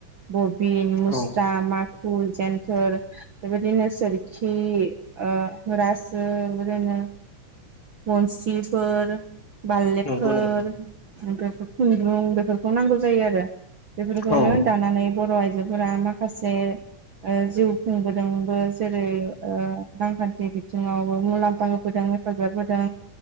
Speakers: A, on the right (about 50°); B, on the left (about 30°).
A: बबिन मुस्रा
B: औ
A: माखु जेन्थोर बेबायदिनो सोरखि ओ रासो बेबायदिनो मनसिफोर बालेबफोर
B: नंगौ नोंथां
A: ओमफ्राय खुन्दुं बेफोरखौ नांगौ जायो आरो बेफोरखौनो
B: औ
A: दानानै बर' आइजोफोरा माखासे ओ जिउ खुंबोदोंबो जेरै ओ रांखान्थि बिथिंङावबो मुलाम्फा होबोदों। हेफाजाब होदों